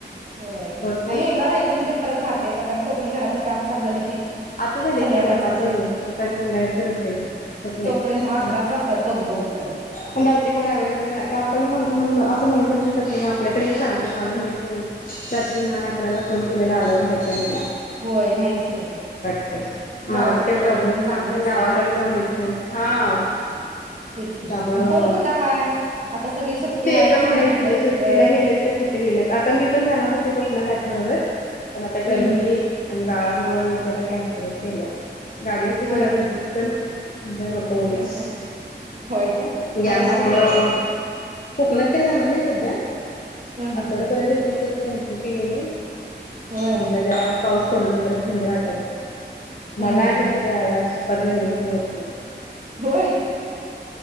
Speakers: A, on the right; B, on the left.
A: होय
B: होत नाही
A: आणि एकदा राहिलं म्हणजे परत राहतेच आता तोपर्यंत घरातलं काम चालू झालं की
B: आता झाले
A: संध्याकाळचं
B: की बघा पाच
A: रुटीन
B: वाजले. परत आणि संध्याकाळच रुटीन होत नाही
A: तोपर्यंत दहा अकराच वाजतात बघू बघूपर्यंत
B: पण रात्री कोणी अवलेबल नाही आता आपण म्हण अस म्हणू पण शक तशी आपल्याकडे एक चालत काही माहित नाही रात्री दहा ना अकराला फोन केलेला अलाउड आहे का नाही.
A: होय नाहीच की
B: माझ
A: गावाकडे
B: काही
A: एवढा
B: प्रॉब्लेम
A: वेळ कोण
B: नाही
A: जाग
B: पण
A: नसते
B: गावाकडच
A: ना
B: माहित नाही हा
A: तेच की आणि
B: त्यामुंळ
A: कोण कुठं हाय आता सगळी सुट्टी
B: ते
A: हाय
B: पण
A: सगळी
B: माहित
A: जिकडं
B: नाही सुट्टीला
A: तिकडं
B: गेलेत तर कुठे गेलेत आता मी पण जाणार होते कोकणात आठवडावरर पण आता गरमी
A: हम्म हम्म
B: आणि बाळामुळे मी जरा कॅनसल केलं. गाडी होते
A: होय
B: थोड्या घरचीच पण म्हटलं नको उगीच
A: हम्म हम्म होय काय मग
B: गॅसमुळं
A: येणारच नाही काय
B: कोकणात काय जाणार नाही सध्या
A: हम्म
B: आठवड्यापर्यंत
A: हम्म हम्म
B: ट्रिप होती. त्यांच्या केले मी म्हटलं
A: होय
B: जरा पाऊस पडू दे जरा थंड वातावरण
A: हम्म
B: मला
A: हम्म हम्म
B: आणि माझ्या बाळाला पदर भी समजतं नाही.
A: होय